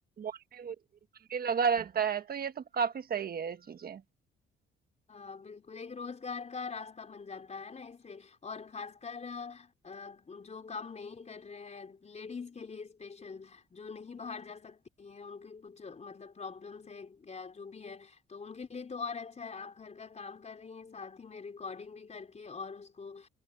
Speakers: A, on the right (about 50°); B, on the left (about 35°).
A: मन भी हो- मन भी लगा रहता है तो ये तो काफी सही है ये चीजें
B: हाँ बिल्कुल एक रोजगार का रास्ता बन जाता है ना इससे और खासकर अ, अ, जो काम नहीं कर रहे हैं लेडीज के लिए स्पेशल जो नहीं बाहर जा सकती हैं उनके कुछ मतलब प्रॉब्लम्स है क्या जो भी है तो उनके लिए तो और अच्छा है आप घर का काम कर रही हैं साथ ही में रिकॉर्डिंग भी करके और उसको